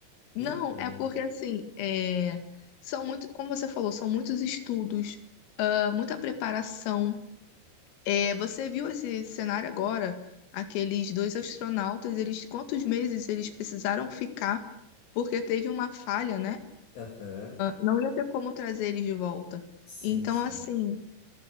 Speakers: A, on the left; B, on the left.
A: Não,
B: entendo.
A: é porque assim, é, são muito, como você falou, são muitos estudos, ah, muita preparação. É, você viu esse cenário agora? Aqueles dois astronautas, eles quantos meses eles precisaram ficar porque teve uma falha, né?
B: Aham,
A: Não ia ter como trazer eles de volta.
B: Sim,
A: Então,
B: sim.
A: assim.